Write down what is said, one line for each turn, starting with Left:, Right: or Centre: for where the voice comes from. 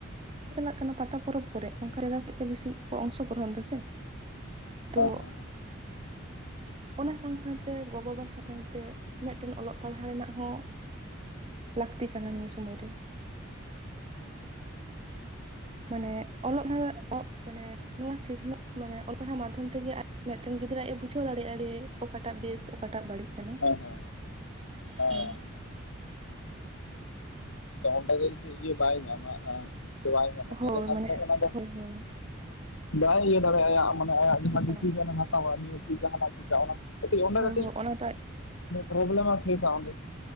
Right: ᱪᱟᱞᱟᱜ ᱠᱟᱱᱟ ᱯᱟᱛᱟ ᱯᱚᱨᱚᱵᱽ ᱠᱚᱨᱮ ᱚᱱᱠᱟ ᱡᱟᱭᱜᱟ ᱠᱷᱚᱡᱜᱮ ᱵᱮᱥᱤ ᱠᱚ ᱚᱝᱥᱚᱜᱨᱚᱦᱚᱱ ᱫᱟ ᱥᱮ᱾ ᱛᱚ
Left: ᱦᱮᱸ ᱦᱮᱸ
Right: ᱚᱱᱟ ᱥᱟᱶ ᱥᱟᱶᱛᱮ ᱜᱚ ᱵᱟᱵᱟ ᱥᱟᱥᱟᱝ ᱛᱮ ᱢᱤᱫᱴᱮᱱ ᱚᱞᱚᱜ ᱯᱟᱲᱦᱟᱣ ᱨᱮᱱᱟᱜ ᱦᱚᱸ᱾ ᱞᱟᱹᱠᱛᱤ ᱠᱟᱱᱟ ᱱᱤᱭᱟᱹ ᱥᱳᱢᱚᱭ ᱨᱮ᱾ ᱢᱟᱱᱮ ᱚᱞᱚᱜ <unintelligible> ᱢᱟᱱᱮ ᱱᱚᱣᱟ ᱥᱤᱠᱷᱱᱟᱹᱛ ᱢᱟᱱᱮ ᱚᱞ ᱯᱟᱲᱦᱟᱣ ᱢᱟᱫᱽᱫᱷᱚᱢ ᱛᱮᱜᱮ ᱟᱨ ᱢᱤᱫᱴᱮᱱ ᱜᱤᱫᱽᱨᱟᱹ ᱟᱡ ᱮ ᱵᱩᱡᱷᱟᱹᱣ ᱫᱟᱲᱮᱭᱟᱜ ᱡᱮ ᱚᱠᱟᱴᱟᱜ ᱵᱮᱥ ᱚᱠᱟᱴᱟᱜ ᱵᱟᱹᱲᱤᱡ᱾ ᱠᱟᱱᱟ
Left: ᱦᱮᱸ ᱦᱮᱸ ᱦᱮᱸ
Right: ᱦᱩᱸ
Left: ᱛᱚ ᱚᱸᱰᱮᱜᱮ ᱡᱩᱫᱤ ᱤᱭᱟᱹ ᱵᱟᱭ ᱧᱟᱢᱟ ᱛᱚᱣᱟᱭ ᱧᱟᱢᱟ
Right: ᱦᱳᱭ
Left: ᱛᱟᱦᱚᱞᱮ ᱠᱷᱟᱱ
Right: ᱢᱟᱱᱮ
Left: ᱫᱚ ᱚᱱᱟ ᱫᱚ᱾
Right: ᱦᱳᱭ ᱦᱳᱭ
Left: ᱵᱟᱭ ᱤᱭᱟᱹ ᱫᱟᱲᱮᱭᱟᱜ-ᱟ ᱟᱭᱟᱜ ᱢᱟᱱᱮ ᱟᱭᱟᱜ ᱡᱟᱦᱟᱸ
Right: ᱵᱟᱝ
Left: ᱰᱤᱥᱤᱥᱮᱱᱮ ᱦᱟᱛᱟᱣᱟ ᱱᱤᱭᱟᱹ ᱴᱷᱤᱠᱟ ᱦᱟᱱᱟ ᱴᱷᱤᱠᱟ ᱚᱱᱟ᱾ ᱠᱟᱹᱴᱤᱡ ᱚᱸᱰᱮ
Right: ᱦᱳᱭ
Left: ᱠᱟᱹᱴᱤᱡ
Right: ᱦᱳᱭ ᱚᱱᱟ ᱫᱚ ᱟᱡ
Left: ᱯᱨᱳᱵᱽᱞᱮᱢ ᱮ ᱯᱷᱮᱥᱟ ᱟᱸᱰᱮ